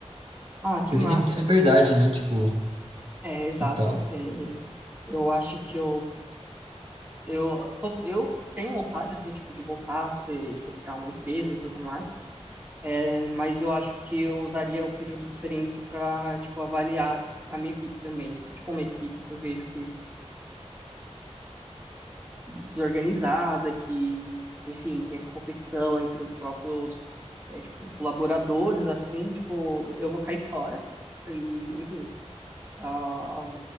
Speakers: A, on the right; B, on the right.
A: Ah, que
B: Porque
A: massa!
B: tem muita liberdade, né? Tipo,
A: É, exato.
B: e tal.
A: É, eu acho que eu, eu, cons- eu tenho vontade, assim, tipo, de voltar a ser, tipo, para uma empresa e tudo mais, É, mas eu acho que eu usaria o período de experiência para, tipo, avaliar a minha equipe também. Se, tipo, uma equipe que eu vejo que desorganizada, que, enfim, tem essa competição entre os próprios, é, tipo, colaboradores, assim, tipo, eu vou cair fora. E, enfim, ah,